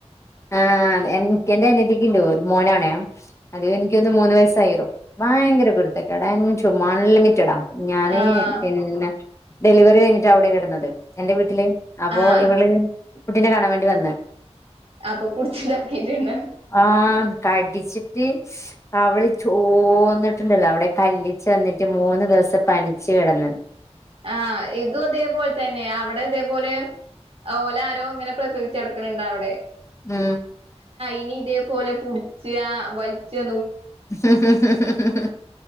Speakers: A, on the left; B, on the right.
A: ആഹ് എനിക്ക് എന്റെ അനത്തിക്ക്ണ്ട് ഒരു മോനാണെ അതിവനിക്ക്വന്ന് മൂന്ന് വയസായി ഭയങ്കര കുരുത്തക്കേടാ എൻഡും അൺലിമിറ്റഡാ ഞാനേ
B: ആഹ്
A: പിന്നെ ഡെലിവറികഴിഞ്ഞിട്ട് അവിടെയാകെടന്നത് എന്റെ വീട്ടില്. അപ്പോ
B: ആഹ്
A: ഇവള് കുട്ടിനെ കാണാൻവേണ്ടി വന്ന്
B: അപ്പൊ പുടിച്ചുണ്ടാക്കിട്ടന്നെ
A: ആഹ് കടിച്ചിട്ട് കവ്ള് ചോന്നിട്ടുണ്ടല്ലോ അവിടെ കല്ലിച്ചുന്നിട്ട് മൂന്ന് ദിവസം പനിച്ചു കിടന്ന്
B: ആഹ് ഇതും അതേപോലെത്തന്നെ അവിടെ അതേപോലെ ഓലാരോ ഇങ്ങനെ പ്രസപിച്ചടക്ക്ണണ്ടവടെ
A: ഹ്മ്
B: ഇനി ഇതേപോലെ പുടിച്ച്ആ വലിച്ചാ
A: ഹ്മ്മ്-ഹ്മ്മ്-ഹ്മ്മ്-ഹ്മ്മ്-ഹ്മ്മ്-ഹ്മ്മ്-ഹ്മ്